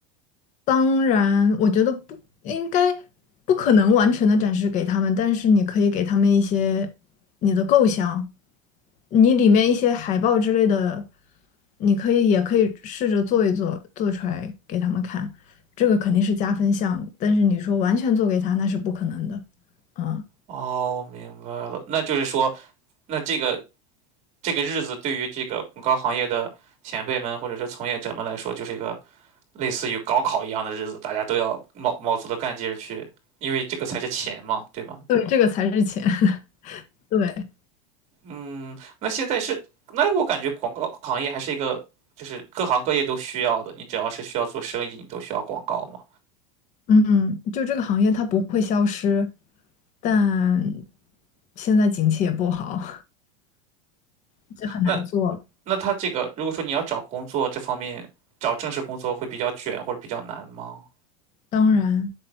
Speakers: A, on the left; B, on the right.
A: 当然，我觉得不应该不可能完成的展示给他们，但是你可以给他们一些你的构想，你里面一些海报之类的，你可以也可以试着做一做，做出来给他们看，这个肯定是加分项。但是你说完全做给他，那是不可能的，嗯，
B: 哦，我明白了，那就是说，那这个这个日子对于这个广告行业的前辈们或者是从业者们来说，就是一个。类似于高考一样的日子，大家都要卯卯足了干劲儿去，因为这个才是钱嘛，对吗？
A: 对，这个才是钱，<laughs> 对。
B: 嗯，那现在是，那我感觉广告行业还是一个，就是各行各业都需要的。你只要是需要做生意，你都需要广告嘛。
A: 嗯，就这个行业它不会消失，但现在景气也不好，<laughs> 就很难做了
B: 那那他这个，如果说你要找工作这方面，找正式工作会比较卷或者比较难吗？
A: 当然，